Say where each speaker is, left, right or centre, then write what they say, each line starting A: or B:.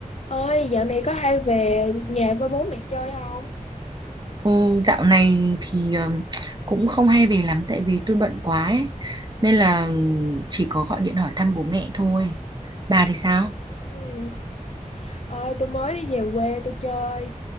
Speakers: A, on the left; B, on the right.
A: ơi dạo này có hay về nhà với bố mẹ chơi không
B: Ừ, dạo này thì ừm, cũng không hay về lắm tại vì tôi bận quá ấy. Nên là ừm, chỉ có gọi điện hỏi thăm bố mẹ thôi. Bà thì sao?
A: ừ. ơi tôi mới đi về quê tôi chơi